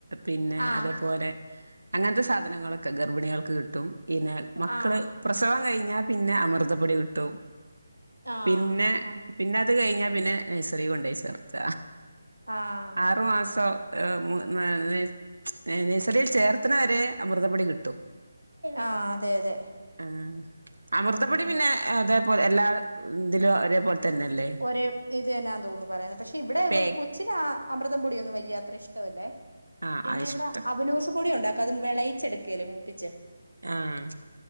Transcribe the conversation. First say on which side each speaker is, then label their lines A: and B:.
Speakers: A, on the right; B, on the right.
A: പിന്നെ
B: ആ
A: അതേപോലെ അങ്ങനത്തെ സാധനങ്ങളൊക്കെ ഗർഭിണികൾക്ക് കിട്ടും. പിന്നെ മക്കള്
B: ആ
A: പ്രസവം കഴിഞ്ഞാ, പിന്നെ അമൃതപ്പൊടി കിട്ടും.
B: ആ
A: പിന്നെ
B: അങ്ങ്
A: പിന്നെ അത് കഴിഞ്ഞാ, പിന്നെ നൈസറി കൊണ്ടേയി ചേർത്ത.
B: ആഹ്
A: ആറുമാസം ഏ മു മ <unintelligible> നൈസറീൽ ചേർത്തണവരെ അമൃതപൊടി കിട്ടും.
B: ആ അതെ അതെ
A: അഹ് അമൃതപ്പൊടി
B: അങ്ങനെ
A: പിന്നെ അതേപൊലെ എല്ലാ ഇതിലും ഒരേപോൽതന്നെയല്ലേ?
B: ഒരേ ഇത് തന്നേ തോന്നുന്നു പറയതെ പക്ഷെ ഇവിടെ
A: പേക്ക്
B: വ് കൊ ച്ച്ന് ആഹ് അമൃത പൊടിയൊന്നും വലിയ അത്ര ഇഷ്ടമല്ലേ.
A: ആഹ്
B: പിന്നെ
A: ആഹ് ഇഷ്ടം
B: ഇവിടെ അബലൂസ് പൊടിയ ഉണ്ടാക ക്കതും വെളയിച്ചെടുക്കല്ലേ, മൂപ്പിച്ച്.
A: ആഹ്,